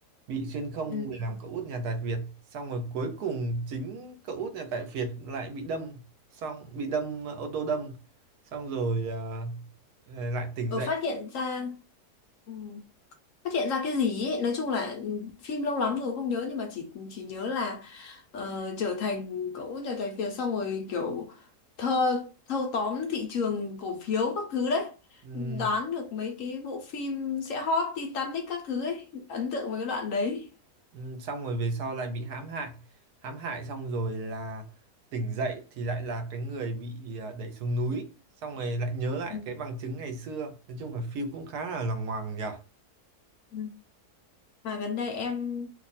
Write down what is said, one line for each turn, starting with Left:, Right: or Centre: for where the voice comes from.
Right: bị xuyên không
Left: Ừ.
Right: để làm cậu út nhà tài phiệt xong rồi cuối cùng chính cậu út nhà tài phiệt lại bị đâm xong bị đâm ờ, ô tô đâm xong rồi ờ, ờ, lại tỉnh
Left: Ờ,
Right: dậy
Left: phát hiện ra Ừ. phát hiện ra cái gì ấy. Nói chung là ừ, phim lâu lắm rồi không nhớ nhưng mà chỉ chỉ nhớ là ờ, trở thành cậu út nhà tài phiệt xong rồi kiểu thơ thâu tóm thị trường cổ phiếu các thứ đấy
Right: Ừm,
Left: đoán được mấy cái bộ phim sẽ hot Titanic các thứ ấy ấn tượng với cái đoạn đấy
Right: ừm, xong rồi về sau lại bị hãm hại hãm hại xong rồi là tỉnh dậy thì lại là cái người bị ờ, đẩy xuống núi xong rồi lại nhớ lại
Left: Ừ.
Right: cái bằng chứng ngày xưa nói chung là phim cũng khá là lằng ngoằng nhỉ
Left: Ừ. mà gần đây em